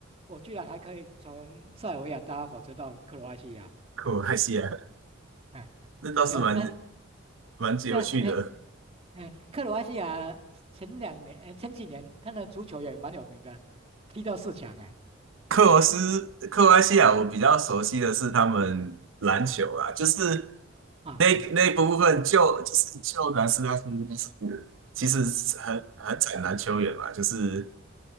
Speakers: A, on the right (about 30°); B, on the right (about 75°).
A: 我居然还可以从塞尔维亚搭火车到克罗埃西亚，
B: 克罗埃西亚，
A: 哎
B: <laughs>
A: 哎，
B: 那倒是蛮
A: 然后哎，
B: 蛮有趣的。
A: 对啊，哎哎，克罗埃西亚前两年哎前几年他的足球也蛮有名的，踢到四强哎，
B: 克罗斯、克罗埃西亚，我比较熟悉的是他们篮球啊，
A: 哎
B: 就是
A: 啊对，
B: 那那一部分就就是就南斯拉夫，但是其实很很惨男球员嘛，就是